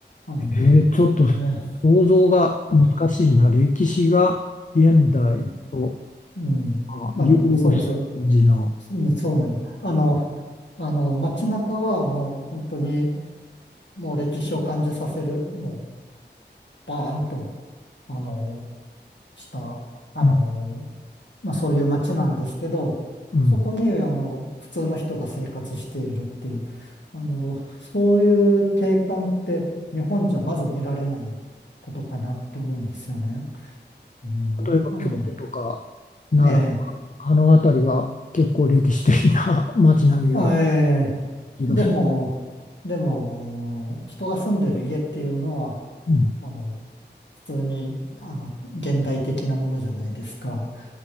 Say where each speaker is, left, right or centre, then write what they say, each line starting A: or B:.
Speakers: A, on the left; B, on the left.
A: あの、
B: えー、ちょっと
A: えー
B: 想像が難しいな。
A: うん
B: 歴史が現代と
A: うん、うんあの、
B: あ融合した感じの。
A: そうです。うんそうね。あの、あの、街中はもう本当に、もう歴史を感じさせる、もう、バーンと、あの、した、あの、
B: うん。
A: まあ、そういう街なんですけど、
B: うん。
A: そこに、あの、普通の人が生活しているっていう、あの、そういう景観って日本じゃまず見られないことかなって思うんですよね。うん、
B: 例えば京都とか奈良、
A: あの、ええ、
B: あの辺りは結構歴史的な <laughs> 街並みが
A: あええ、
B: いらっしゃる。
A: でも、でも、人が住んでる家っていうのは、
B: うん。
A: あの、普通に、あの、現代的なものじゃないですか。